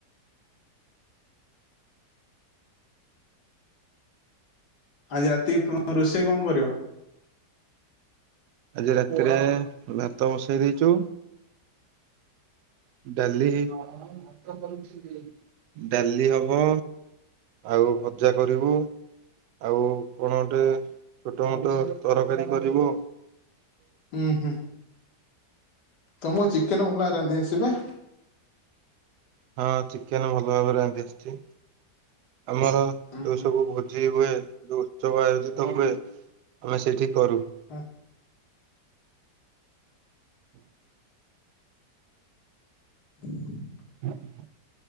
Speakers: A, on the left; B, on the right.
A: ଆଜି ରାତି କି କଣ ରୋଷେଇ କଣ କରିବ?
B: ଆଜି ରାତିରେ ଭାତ ବସେଇ ଦେଇଚୁ। ଡାଲି ହେଇନି ହବ <unintelligible> ଡାଲି ହବ। ଆଉ ଭଜା କରିବୁ। ଆଉ କଣ ଗୋଟେ ଛୋଟ ମୋଟ ତରକାରୀ କରିବୁ।
A: ହୁଁ ହୁଁ। ତମୁକୁ ଚିକେନ ଭଲ ଭାବେରେ ରାନ୍ଧି ଆସେ ବା?
B: ହଁ ଚିକେନ ଭଲ ଭାବେରେ ରାନ୍ଧି ଆସଚି ଆମର
A: ଉଁ
B: ଯୋଉ
A: ହୁଁ
B: ସବୁ ଭୋଜି ହୁଏ ଯୋଉ ଉତ୍ସବ ଆୟୋଜିତ ହୁଏ ଆମେ ସେଇଠି କରୁ।
A: ହଁ। <inaudible>
B: <inaudible>